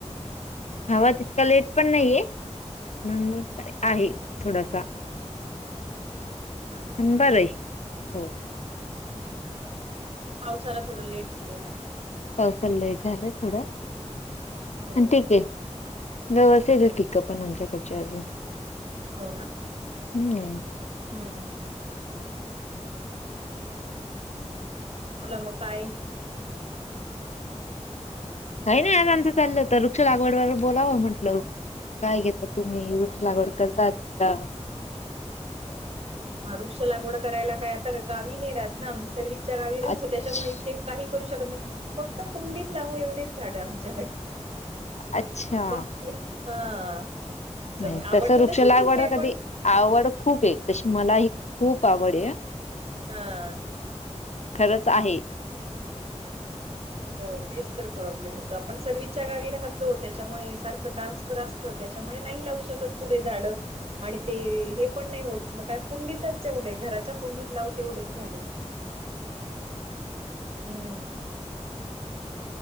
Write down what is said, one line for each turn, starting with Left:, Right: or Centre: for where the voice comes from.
Left: हवा तितका लेट पण नाहीेये, <unintelligible> म मग
Right: हम्म
Left: आहे
Right: हम्म
Left: थोडासा.
Right: हा हा
Left: पण
Right: हा
Left: बरं
Right: हा.
Left: आहे. हो
Right: हम्म. पावसाला थोडं लेट झालंय ना?
Left: पावसाला लेट झालंय थोडं
Right: हो
Left: पण ठीक आहे, गस <unintelligible>
Right: हो
Left: पिकअप. पण आमच्याकडच्या अजून
Right: हो ना.
Left: हम्म
Right: हम्म हम्म हम् हम् हम्. बोला मग काय?
Left: काही नाही आज आमचं चाललं होत, वृक्ष लागवड वर बोलावं म्हटलं. काय घेता तुम्ही? वृक्ष लागवड करतात का?
Right: हो का, वृक्ष लागवड करायला काय आता गावी नाही राहत ना, आम्ही सर्विसच्या गावी राहतो
Left: अच्छ
Right: त्याच्यामुळे ते काही करू शकत नाही फक्त, कुंडीत लावू एवढेच झाड आमच्याकडे.
Left: अच्छा
Right: बाकी हा. जमी,
Left: नाही
Right: आवडत
Left: तसं वृक्ष
Right: तशी
Left: लागवड
Right: खूप आहे
Left: कधी
Right: पण.
Left: आवड खूप आहे, तशी मला ही खूप आवड आहे.
Right: हा.
Left: खरंच आहे.
Right: हो, तेच तर प्रॉब्लेम होतो, आपण सर्विसच्या गावी राहतो त्याच्यामुळे सारखं ट्रान्सफर अस त, त्याच्यामुळे नाही लावू शकत कुठे झाडं. आणि ते हे पण नाही होत, मग काय कुंडीतच तेवढे घराच्या कुंडीत लाव तेवढेच झाड.
Left: <inaudible>
Right: हम्म.